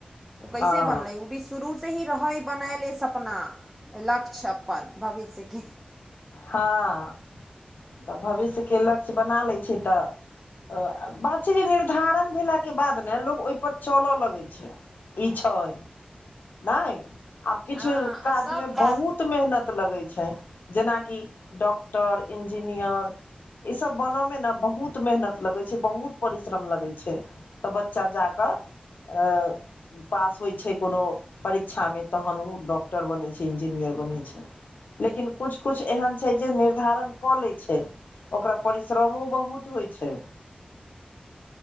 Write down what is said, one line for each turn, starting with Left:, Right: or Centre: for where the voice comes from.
Centre: ओ कैसे
Left: हँ
Centre: बनलै ओ बी सु शुरूसँ ही रहै बनायले सपना लक्ष्य अपन भविष्यके
Left: हाँ तऽ भविष्यके लक्ष्य बना लै छीयै तऽ बात छैय जे निर्धारण भेलाके बाद ने लोको ओईपर चलऽ लगै छैय ई छैय नाय आब किछु
Centre: हँ
Left: काज
Centre: आ सब
Left: मे बहुत मेहनत लगै छैय जेना डॉक्टर इंजीनियर इ सब बन मे न बहुत मेहनत लगै छैय बहुत परिश्रम लगै छैय तऽ बच्चा जा कऽ अ पास होइ छैय कोनो परीक्षामे तहन उ डॉक्टर बनै छैय इंजीनियर बनै छैय लेकिन कुछ कुछ एहन छैय जे निर्धारण कऽ लै छैय ओकरा परिश्रमो बहुत होइ छैय।